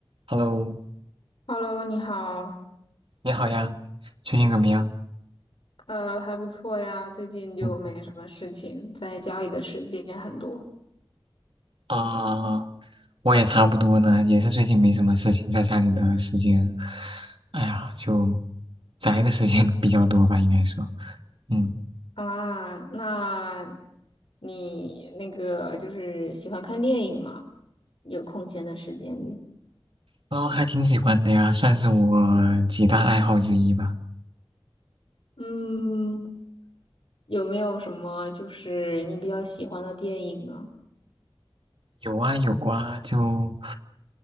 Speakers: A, on the right (about 65°); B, on the left (about 65°).
A: Hello，
B: Hello，你好，
A: 你好呀，最近怎么样？
B: 呃，还不错呀，最近就没什么事情，
A: 嗯
B: 在家里的时间很多
A: 啊，我也差不多呢，也是最近没什么事情，在家里的时间，哎呀，就宅的时间比较多吧，应该说，嗯，
B: 啊。那你那个就是喜欢看电影吗？有空闲的时间里，
A: 啊，还挺喜欢的呀，算是我几大爱好之一吧。
B: 嗯，有没有什么就是你比较喜欢的电影呢？
A: 有啊有啊，就